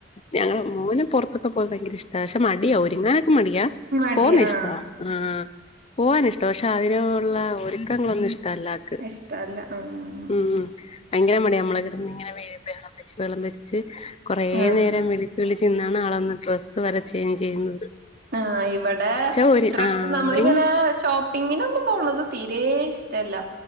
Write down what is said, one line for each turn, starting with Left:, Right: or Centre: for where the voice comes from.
Left: ഞങ്ങള മോനെ പുറത്തൊക്കെ പോയൻ ഭയങ്കര ഇഷ്ട പക്ഷെ മടിയാ ഒരുരിങ്ങനൊക്കെ മടിയാ
Right: മടി
Left: പോന്ന ഇഷ്ടവ
Right: ആഹ്
Left: ആഹ് പോവൻ ഇഷ്ട പക്ഷെ അതിനുള്ള ഒരുക്കങ്ങളൊന്നും ഇഷ്ടമല്ല <unintelligible>
Right: ഇഷ്ടല്ല ആഹ്
Left: ഉം ഭയങ്കര മടി ആ നമ്മള കിടന്ന് ഇങ്ങനെ വെം വെച്ച് വെളം വെച്ച് കുറേ
Right: ആഹ്
Left: നേരം വിളി ചളിച്ചിന്നാണ് ആളൊന്ന ഡ്രസ്സ് വരെ ചേഞ്ച് ചെയ്യുന്നത്
Right: അഹ് ഇവിടെ
Left: പക്ഷെ ഒരു
Right: ഡ്രസ്സ്
Left: ആഹ്
Right: നമ്മളിങ്ങനെ
Left: ഒരുങ്ങി
Right: ഷോപ്പിങ്ങിനൊന്നും പോണത് തീരെേ ഇഷ്ടല്ല